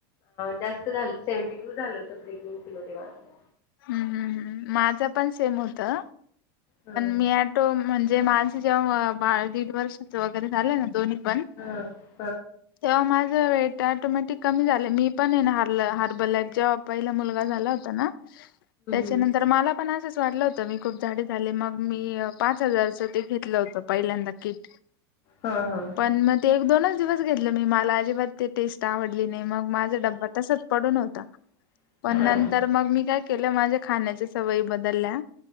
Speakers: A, on the left (about 35°); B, on the left (about 75°).
A: जास्त झाल सेव्हनटी टू झालं होत प्रेग्नेन्सी मध्ये माझं.
B: हम, हम माझं पण सेम होतं
A: ह
B: मी ऑटो म्हणजे जे मागचं बाळ दीड वर्षाचा वगैरे झालं ना दोन्ही पण
A: ह
B: तेव्हा माझ वेट आटोमॅटिक कमी झाले मी पण येणार हर्बल जॉब. पहिला मुलगा झाला होता ना त्याच्यानंतर
A: हम्म
B: मला पण असंच वाटलं होतं मी खूप जाडी झाली मग मी पाच हजारचं ते घेतलं होतं पहिल्यांदा किट.
A: हा हा हा
B: पण मग ते एक दोनच दिवस घेतलं मी मला अजिबात ते टेस्ट आवडली. घेतली नाही मग माझा डबा तसाच पडून होता पण नंतर
A: अरे
B: मग मी काय केलं माझ्या खाण्याच्या सवयी बदलल्या.